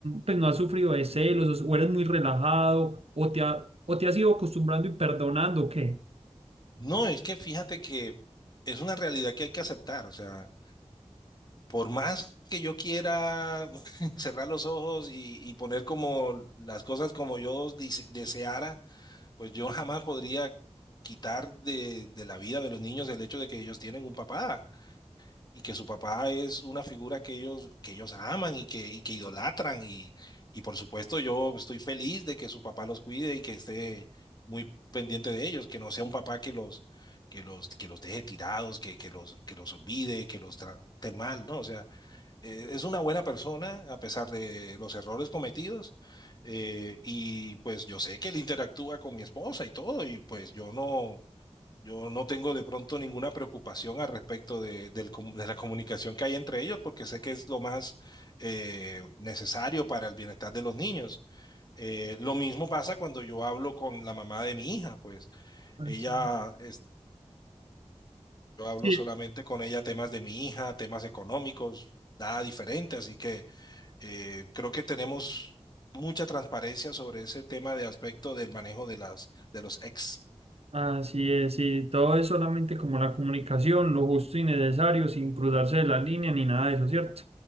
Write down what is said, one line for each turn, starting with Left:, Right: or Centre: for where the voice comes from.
Right: pues no has sufrido de celos, o eres muy relajado, o te, ha- o te has ido acostumbrando y perdonando, ¿o qué?
Left: No, es que fíjate que es una realidad que hay que aceptar, o sea. por más que yo quiera <laughs> cerrar los ojos y, y poner como las cosas como yo dise- deseara, pues yo jamás podría quitar de, de la vida de los niños el hecho de que ellos tienen un papá y que su papá es una figura que ellos, que ellos aman y que, y que idolatran. Y, y por supuesto yo estoy feliz de que su papá los cuide y que esté muy pendiente de ellos, que no sea un papá que los... Que los, que los deje tirados, que, que los, que los olvide, que los trate mal, ¿no? O sea, eh, es una buena persona a pesar de los errores cometidos eh, y pues yo sé que él interactúa con mi esposa y todo y pues yo no, yo no tengo de pronto ninguna preocupación al respecto de, del com- de la comunicación que hay entre ellos porque sé que es lo más eh, necesario para el bienestar de los niños. Eh, lo mismo pasa cuando yo hablo con la mamá de mi hija, pues
Right: Así
Left: ella...
Right: es.
Left: es- Yo hablo
Right: Sí,
Left: solamente con ella temas de mi hija, temas económicos, nada diferente, así que eh, creo que tenemos mucha transparencia sobre ese tema de aspecto del manejo de las de los ex.
Right: así es, sí, todo es solamente como la comunicación, lo justo y necesario, sin cruzarse de la línea ni nada de eso, ¿cierto?